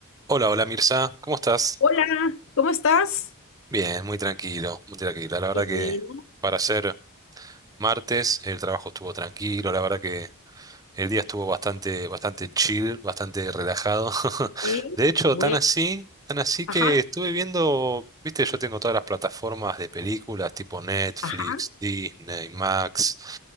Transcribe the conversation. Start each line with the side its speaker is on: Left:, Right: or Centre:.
Right: Hola, hola Mirza, ¿cómo estás?
Left: Hola, ¿cómo estás?
Right: Bien, muy tranquilo, muy tranquilo. La verdad
Left: Qué
Right: que
Left: bueno,
Right: para ser martes el trabajo estuvo tranquilo, la verdad que el día estuvo bastante, bastante chill, bastante relajado. <laughs>
Left: ¿eh?
Right: De hecho,
Left: Bueno,
Right: tan así, tan así que
Left: Ajá,
Right: estuve viendo, viste, yo tengo todas las plataformas de películas tipo Netflix,
Left: ajá,
Right: Disney, Max.